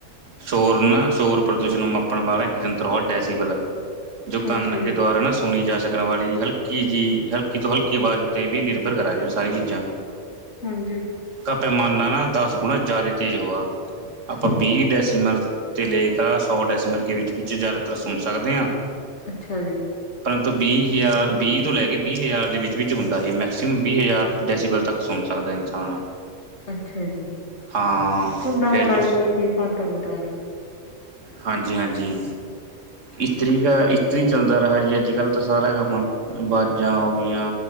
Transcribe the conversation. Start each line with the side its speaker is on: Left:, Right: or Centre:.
Right: ਸ਼ੋਰ ਨਾ ਸ਼ੋਰ ਪ੍ਰਦੂਸ਼ਣ ਨੂੰ ਮਾਪਣ ਵਾਲਾ ਇੱਕ ਜੰਤਰ ਤਡਾ ਸੀ ਵਲ ਜੋ ਤਨ
Left: ਅੱਛਾ ਜੀ
Right: ਕੇ ਦੁਆਰਾ ਨਾ ਸੁਣੀ ਜਾ ਸਕਣ ਵਾਲੀ ਹਲਕੀ ਜਿਹੀ ਹਲਕੀ ਤੋਂ ਹਲਕੀ ਆਵਾਜ਼ ਉੱਤੇ ਵੀ ਨਿਰਭਰ ਕਰਾ ਜਾ ਸਾਰੀਆਂ ਚੀਜ਼ਾਂ
Left: ਹਾਂਜੀ
Right: ਕਾ ਪੈਮਾਨਾ ਨਾ ਦਸ ਗੁਣਾ ਜ਼ਿਆਦਾ ਤੇਜ ਹੋਆ ਆਪਾਂ
Left: ਹਮ
Right: ਬੀ ਡੈਸੀ ਮਲ ਤੇ ਲੇਕ ਸੌ ਡਸਲ ਕੇ ਵਿੱਚ ਵਿੱਚ ਜ਼ਿਆਦਾਤਰ ਸੁਣ ਸਕਦੇ ਹਾਂ।
Left: ਅੱਛਾ ਜੀ।
Right: ਪਰੰਤੂ ਵੀਹ ਹਜ਼ਾਰ ਵੀਹ ਤੋਂ ਲੈ ਕੇ ਵੀਹ ਹਜ਼ਾਰ ਦੇ ਵਿੱਚ ਵਿੱਚ ਹੁੰਦਾ ਹੈ ਮੈਕਸੀਮਮ ਵੀਹ ਹਜ਼ਾਰ ਡੈਸੀਬਲ ਤੱਕ ਸੁਣ ਸਕਦਾ ਇਨਸਾਨ।
Left: ਅੱਛਾ ਜੀ
Right: ਹਾਂ
Left: ਹੁੰਦਾ
Right: ਫਿਰ
Left: ਹੋਣਾ
Right: ਜੋ
Left: ਜੀ ਕੋਈ ਚੀਜ਼ ਸਾਨੂੰ ਤਾਂ ਪਤਾ ਨੀ
Right: ਹਾਂਜੀ ਹਾਂਜੀ। ਇਸਤਰੀ ਦਾ ਇਸਤਰੀ ਚੱਲਦਾ ਰਿਹਾ ਜੀ ਅੱਜ ਕੱਲ੍ਹ ਤਾਂ ਸਾਰਾ ਕੰਮ ਆ ਬਾਜਾਂ ਹੋ ਗਈਆਂ